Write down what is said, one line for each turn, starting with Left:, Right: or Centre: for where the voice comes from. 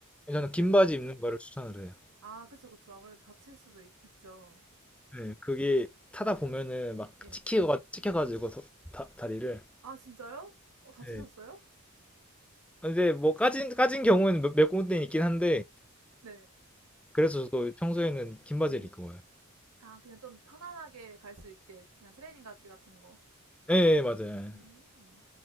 Centre: 예, 저는
Right: 대박.
Centre: 긴 바지 입는 거를 추천을 해요.
Right: 아, 그쵸, 그쵸. 아무래도 다칠 수도 있, 죠
Centre: 네 그게 타다 보면은 막
Right: 예.
Centre: 찍혀가 찍혀가지고 더- 다, 다리를
Right: 아, 진짜요? 어, 다치셨어요?
Centre: 예, 아, 근데 뭐 까진 까진 경우에는 몇, 몇 군데 있긴 한데
Right: 네.
Centre: 그래서 저도 평소에는 긴 바지를
Right: 음.
Centre: 입고 와요.
Right: 아, 그냥 좀 편안하게 갈 수 있게. 그냥 트레이닝 가지 같은 거.
Centre: 예, 예 맞아요.
Right: 음,